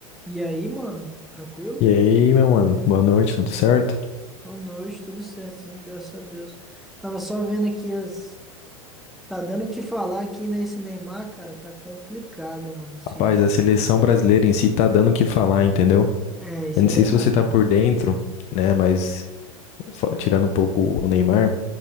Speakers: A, in the centre; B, on the left (about 40°).
A: E aí, mano? Tranquilo?
B: E aí, meu mano, boa noite, tudo certo?
A: Boa noite, tudo certo, sim, graças a Deus. Tava só vendo aqui as. Tá dando o que falar aqui nesse Neymar, cara. Tá complicado, mano. Se...
B: Rapaz, a seleção brasileira em si tá dando o que falar, entendeu?
A: É, isso
B: Eu não
A: é
B: sei
A: verdade.
B: se você tá por dentro, né, mas fo- tirando um pouco o Neymar,